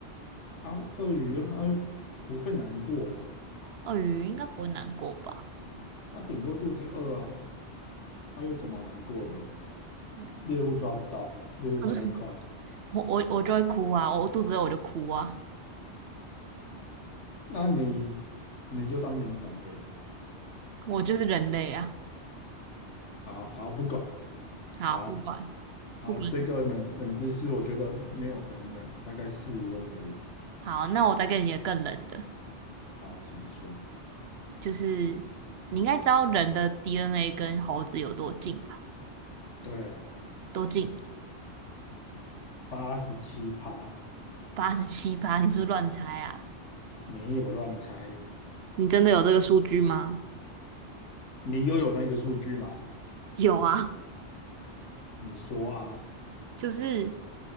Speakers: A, on the left; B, on the right.
A: 啊，鳄鱼啊它又不会难过，
B: 鳄鱼应该不会难过吧？
A: 它顶多肚子饿啊，它又怎么难过的？
B: 嗯
A: 猎物抓不到，猎物跑太快，
B: 可是我我我就会哭啊，我肚子饿我就哭啊，
A: 那你你就当领长呗。
B: 我就是人类啊。
A: 好好不管，
B: 好，
A: 好
B: 不管
A: 好这个冷冷知识我觉得没有很冷，
B: 不管什么，
A: 大概室温而已。
B: 好，那我再给你一个更冷的。
A: 好，请说。
B: 就是你应该知道人的 DNA 跟猴子有多近吧？
A: 对啊，
B: 多近？
A: 八十七趴，
B: 八十七趴，你是不是乱猜啊？
A: 没有乱猜。
B: 你真的有这个数据吗？
A: 你又有那个数据吗？
B: 有啊，
A: 你说啊。
B: 就是